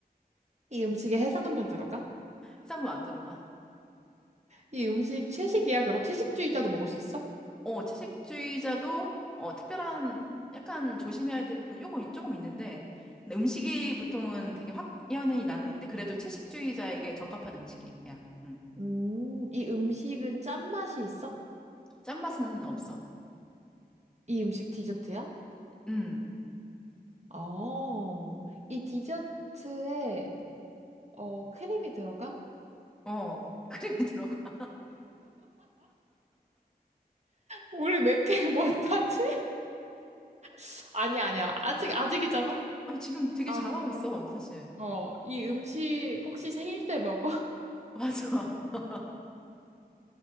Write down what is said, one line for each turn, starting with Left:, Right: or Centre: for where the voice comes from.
Right: 이 음식에 해산물 들어가?
Centre: 해산물 안 들어가.
Right: 이 음식 채식이야, 그럼? 채식주의자도 먹을 수 있어?
Centre: 어, 채식주의자도, 어, 특별한, 약간 조심해야 될 부분이 요거 조금 있는데, 근데 음식이 보통은 되게 확연히 나뉘는데, 그래도 채식주의자에게 적합한 음식이야. 음.
Right: 음, 이 음식은 짠맛이 있어?
Centre: 짠맛은 없어.
Right: 이 음식 디저트야?
Centre: 음.
Right: 어, 이 디저트에 어, 크림이 들어가?
Centre: 어, 크림이 <laughs> 들어가.
Right: 우리 몇 개 못하지? <laughs> 아니야, 아니야. 아직, 아직이잖아?
Centre: 아니, 지금 되게
Right: 아,
Centre: 잘하고 있어, 사실.
Right: 어, 이 음식 혹시 생일 때 먹어?
Centre: 맞아. <laughs>